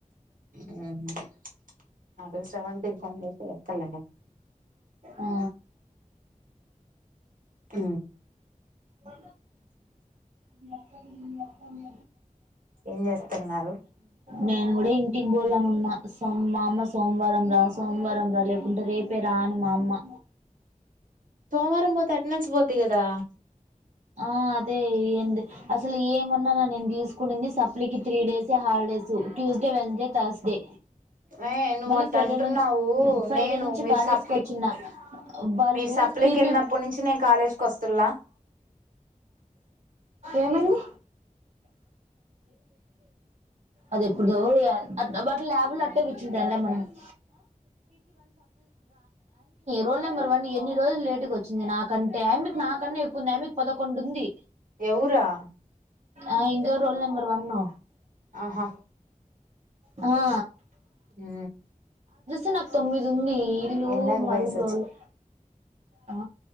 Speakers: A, on the right (about 80°); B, on the right (about 55°).
A: నిన్న డు శవంతంత ఫోన్తే ఎక్కలగా
B: ఆ
A: ఆ
B: అ మీ ఎప్ప అ మీ
A: ఏం చేస్తున్నారు
B: నేను కూడా ఇంటికి బోల్ను ఉన్నా సో మా అమ్మ సోమవారం రా సోమవారం రా లేకుంటే రేపు పే రానుమా అమ్మా
A: సోమవారం పోతే అటెండెన్స్ పోద్ది కదా
B: ఆ అదే ఏంది అసలు ఏమున్నా నేను తీసుకునింది సప్లికి three days holidays Tuesday Wednesday Thursday
A: ఏ నువ్వు
B: మళ్ళీ
A: అట్ట
B: ఫ్రైడే
A: అంటున్నావు
B: నుంచి ఫ్రైడే
A: నేను
B: నుంచి
A: మీరు
B: కాాల
A: సప్లి
B: వేసుకొచ్చిన బళ్ళు
A: మీరు సప్లికి
B: పపి
A: వెళ్ళినప్పటి నుంచి నేను కాలేజ్కి వస్తుల్లా
B: ఏమంది అది ఎప్పుడు అ బట్ ల్యాబులు అట్టే మనపిన్ రోల్ నెంబర్ వన్ ఎన్ని రోజులు లేటు వచ్చింది నాకంట అ నా క ఎక్కుంది పదకొండు ఉంది
A: ఎవ్వరా
B: ఆ ఇంగ రోల్ నంబర్ వన్న
A: ఆహా
B: ఆా
A: హ
B: ే నాకు తొమ్మిది ఉ ఇ ఇల్లు
A: ఎందాక
B: మరులులు
A: పోయేసి
B: ఆ